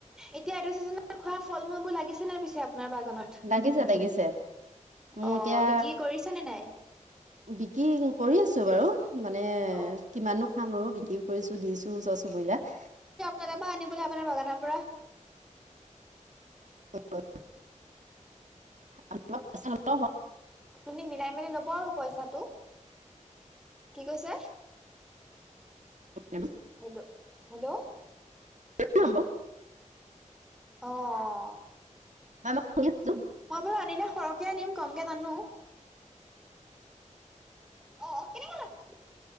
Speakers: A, in the centre; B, on the right.
A: এতিয়া এইটো চিজনত খোৱা ফল মূলবোৰ লাগিছে নে পিছে আপোনাৰ বাগানত
B: লাগিছে লাগিছে মোৰ
A: অ
B: এতিয়া
A: বিক্ৰী কৰিছে নে নাই
B: উ বিক্ৰী কৰি আছো বাৰু মানে
A: অ
B: কিমাননো খাম আৰু বিক্ৰীও কৰিছো দিছো ওচৰ চুবুৰীয়াক
A: দাদাপা আনিবলৈ আপোনাৰ বাগানৰ পৰা
B: হয় <unintelligible> আ পচ <unintelligible>
A: আপুনি মিলাই মেলি লব আৰু পইচাটো কি কৈছে
B: অ <unintelligible>
A: হেল্ল' হেল্ল'
B: উম,
A: অ অ
B: অ মই শুনিছো
A: মই বাৰু আনিলে সৰহকে আনিম কমকে নানো অ কেনেকে লয়